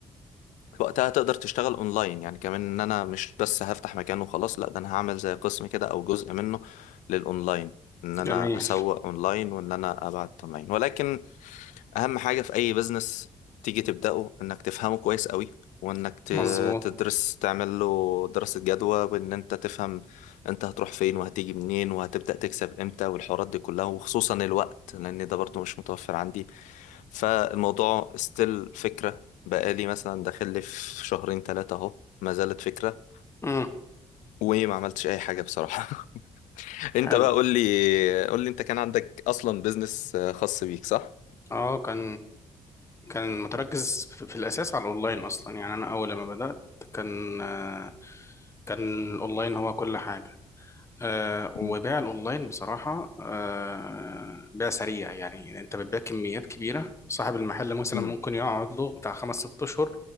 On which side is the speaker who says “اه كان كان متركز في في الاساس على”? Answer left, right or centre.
Left